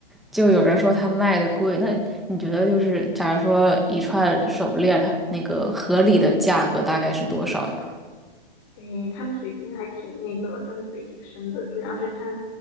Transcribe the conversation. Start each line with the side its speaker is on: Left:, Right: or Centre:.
Centre: 就有人说他卖的贵。那你觉得就是假如说一串手链，它那个合理的价格大概是多少呀？
Left: 诶，他们水晶还挺那个，就是水挺深的，主要是看，